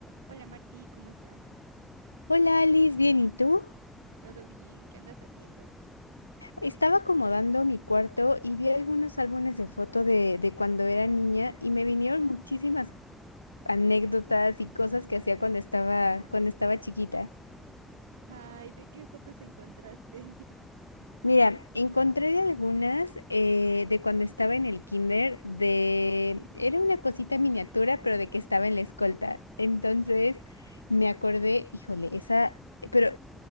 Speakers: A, on the right; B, on the left.
A: Hola Martí, ¿cómo estás?
B: Hola Alice, bien, ¿y tú?
A: ¿Todo bien? ¿Qué andas haciendo?
B: Estaba acomodando mi cuarto y vi algunos álbumes de foto de, de cuando era niña y me vinieron muchísimas anécdotas y cosas que hacía cuando estaba, cuando estaba chiquita.
A: Ay, ¿de qué fotos encontraste? <laughs>
B: Mira, encontré de algunas eh, de cuando estaba en el kinder, de... Era una cosita miniatura, pero de que estaba en la escolta. Entonces me acordé, híjole, esa... Pero